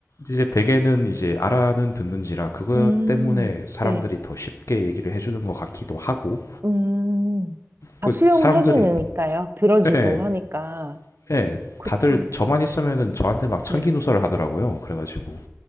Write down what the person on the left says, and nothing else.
이제 대개는 이제 알아는 듣는지라 그것
때문에 사람들이
더 쉽게 얘기를 해주는 것 같기도 하고
그
사람들이
예,
예,
다들 저만 있으면은 저한테 막 천기누설을
하더라고요. 그래가지고